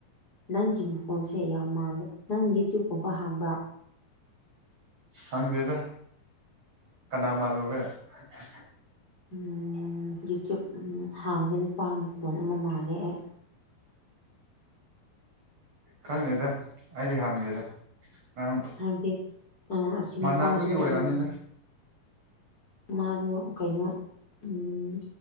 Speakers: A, on the left; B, on the right.
A: ꯅꯪꯒꯤ ꯃꯈꯣꯟꯁꯦ ꯌꯥꯝ ꯃꯥꯜꯂꯦ ꯅꯪ ꯌꯨꯇ꯭ꯌꯨꯕꯀꯨꯝꯕ ꯍꯥꯡꯕꯥ
B: ꯍꯪꯗꯦꯗ ꯀꯅꯥ ꯃꯥꯜꯂꯨꯒꯦ <unintelligible>
A: ꯎꯝ ꯌꯨꯇ꯭ꯌꯨꯞ ꯍꯥꯡꯕ ꯅꯨꯄꯥ ꯃꯈꯣꯟ ꯑꯃ ꯃꯥꯜꯂꯦ ꯑꯩ
B: ꯈꯪꯗꯦꯗ ꯑꯩꯗꯤ ꯍꯪꯗꯦꯗ ꯅꯪ
A: ꯍꯥꯏꯕꯗꯤ ꯑ ꯑꯁꯤ
B: ꯃꯥꯟꯅꯕꯒꯤ
A: ꯅꯨꯄꯥꯗꯣ
B: ꯑꯣꯏꯔꯝꯅꯤꯗ
A: ꯎꯝ ꯃꯥꯗꯣ ꯀꯩꯅꯣ ꯎꯝ